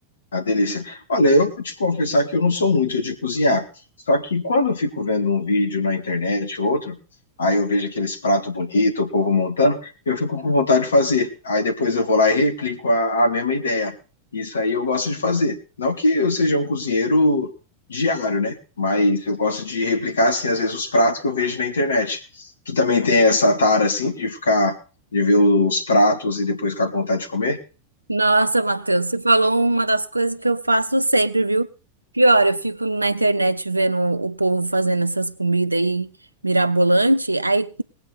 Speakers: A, on the left; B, on the right.
A: A delícia. Olha, eu vou te confessar que eu não sou muito de cozinhar. Só que quando eu fico vendo um vídeo na internet ou outro, aí eu vejo aqueles pratos bonitos, o povo montando, eu fico com vontade de fazer. Aí depois eu vou lá e replico a, a mesma ideia. Isso aí eu gosto de fazer. Não que eu seja um cozinheiro diário, né? Mas eu gosto de replicar, assim, às vezes os pratos que eu vejo na internet. Tu também tem essa tara, assim, de ficar, de ver os pratos e depois ficar com vontade de comer?
B: Nossa, Matheus, você falou uma das coisas que eu faço sempre, viu? Pior, eu fico na internet vendo o povo fazendo essas comidas aí mirabolante, aí